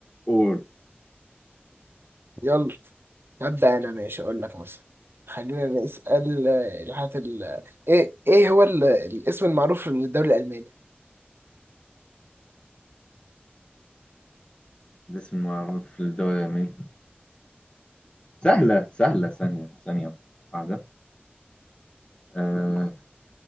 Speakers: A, on the left; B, on the right.
A: قول
B: يلا هبدا انا ماشي اقول لك مثلا خلينا نسال آه، الحاجات ال... ايه ايه هو ال... الاسم المعروف للدوري الالماني
A: الاسم المعروف في الدولة اليابانية سهلة سهلة ثانية ثانية واحدة أه...